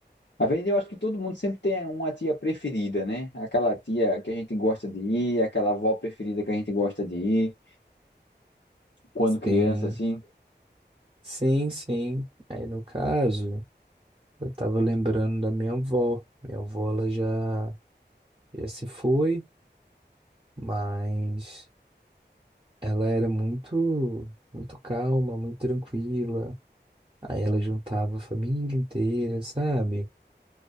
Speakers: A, on the left; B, on the right.
A: Às vezes eu acho que todo mundo sempre tem uma tia preferida, né? Aquela tia que a gente gosta de ir, aquela avó preferida que a gente gosta de ir quando
B: Sim,
A: criança, assim.
B: sim, sim. Aí, no caso, eu tava lembrando da minha avó. Minha avó, ela já. já se foi, mas ela era muito, muito calma, muito tranquila. Aí ela juntava a família inteira, sabe?